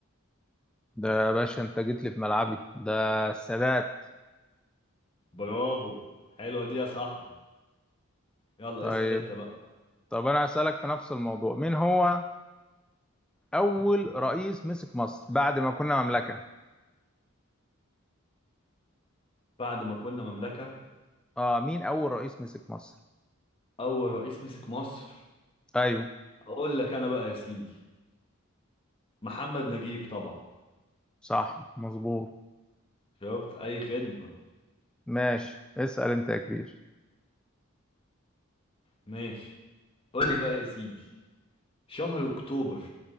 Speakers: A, in the centre; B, on the left.
A: ده يا باشا انت جيت لي في ملعبي ده السادات
B: برافو حلوة دي يا صاحبي يلا
A: طيب
B: اسأل انت بقى
A: طب انا هسألك في نفس الموضوع مين هو اول رئيس مسك مصر بعد ما كنا مملكة
B: بعد ما كنا مملكة
A: اه مين اول رئيس مسك مصر
B: أول رئيس مسك مصر
A: ايوه
B: أقول لك أنا بقى يا سيدي محمد نجيب طبعا
A: صح مظبوط
B: شفت أي خدمة
A: ماشي اسأل انت يا كبير
B: ماشي قول لي بقى يا سيدي شهر أكتوبر